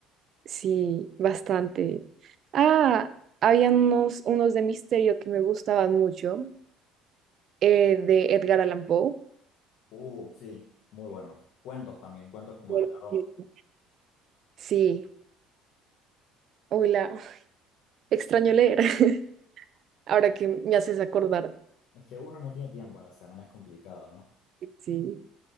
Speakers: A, on the right; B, on the left.
A: Sí, bastante. Ah, habían unos, unos de misterio que me gustaban mucho, eh, de Edgar Allan Poe.
B: Uh, sí, muy buenos. Cuentos también, cuentos como
A: porque-
B: de terror.
A: Sí, hola, <laughs> extraño leer, <laughs> ahora que me haces acordar.
B: Es que uno no tiene tiempo en la semana, es complicado, ¿no?
A: Sí,